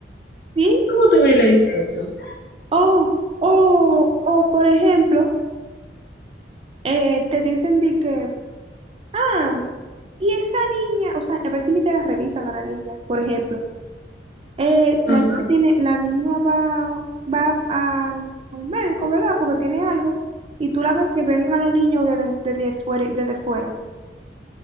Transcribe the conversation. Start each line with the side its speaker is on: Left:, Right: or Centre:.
Right: Sí,
Left: ¿Cómo tú vienes y le dices eso?
Right: o, o, o por ejemplo, eh, te dicen de que Ah, y esa niña, o sea, a veces ni te la revisan a la niña, por ejemplo. Eh,
Left: Ajá.
Right: la niña tiene, la niña va, va al, al médico, ¿verdad? Porque tiene algo. Y tú la ves que ven a los niños desde, desde fuera, desde fuera.